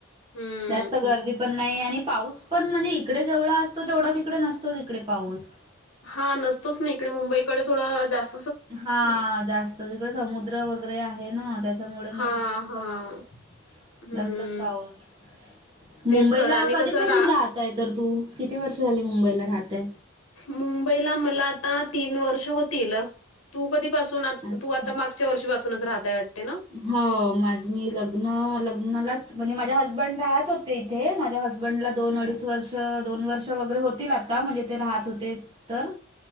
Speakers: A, on the left; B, on the right.
A: हं.
B: जास्त गर्दी. पण नाही आणि पाऊस पण म्हणजे इकडे जेवढा असतो तेवढा तिकडे नसतो तिकडे पाऊस.
A: हा नसतोच ना इकडे मुंबईकडे थोडं जास्त.
B: हा जास्त जिकडे समुद्र वगैरे आहे ना त्या. त्यामुळे
A: हां.
B: मग
A: हां.
B: जात
A: हं.
B: जास्तच पाऊस.
A: तेच
B: मुंबईला
A: तर आणि
B: कधीपासून
A: कसं रा
B: राहतय तर तू किती वर्ष झाले मुंबईला राहतय.
A: मुंबईला मला आता तीन वर्ष होतील. तू कधीपसून
B: अच्छा
A: तू आता मागच्या वर्षीपासूनच राहताय वाटते ना.
B: हो माझ मी लग्न लग्नालाच म्हणजे माझ्या हसबंड राहत होते. ते माझ्या हसबंड ला दोन अडीच. पाच वर्ष दोन वर्ष वगैरे होतील आता म्हणजे ते राहत होते तर.